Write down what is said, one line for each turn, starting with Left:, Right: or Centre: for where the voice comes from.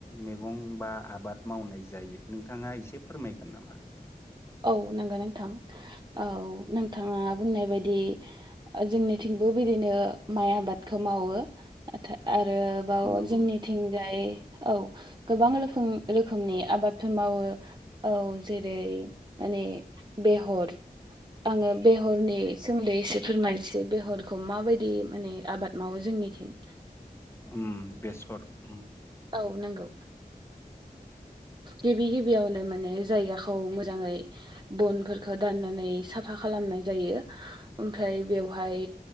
Left: मैगं बा आबाद मावनाय जायो नोंथाङा एसे फोरमायगोन नामा
Right: औ नंगौ नोंथां औ नोंथाङा बुंनाय बायदि जोंनिथिंबो बिदि नो माइ आबादखौ मावो आरोबाव
Left: नंगौ
Right: जोंनिथिंजाय औ गोबां रोखोम रोखोमनि आबादफोर मावो औ जेरै माने बेहर आङो बेहरनि सोमोन्दै एसे फोरमायनोसै बेहरखौ माबायदि माने आबाद मावो जों निथिं
Left: उम बेसर उम
Right: औ नंगौ गिबि गिबियावनो माने जायगाखौ मो- जाङै बनफोरखौ दाननानै साफा खालामनाय जायो ओमफ्राय बेवहाय